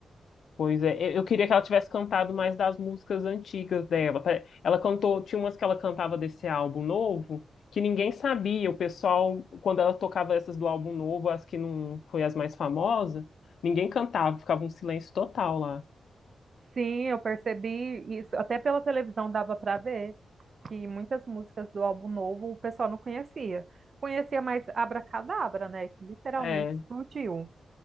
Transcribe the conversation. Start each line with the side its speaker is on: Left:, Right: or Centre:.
Left: Pois é, eu eu queria que ela tivesse cantado mais das músicas antigas dela. Pare- Ela cantou, tinha umas que ela cantava desse álbum novo que ninguém sabia. O pessoal, quando ela tocava essas do álbum novo, as que não foi as mais famosas, ninguém cantava, ficava um silêncio total lá.
Right: Sim, eu percebi isso. Até pela televisão dava para ver que muitas músicas do álbum novo o pessoal não conhecia. Conhecia mais Abracadabra, né? Que literalmente
Left: É,
Right: explodiu.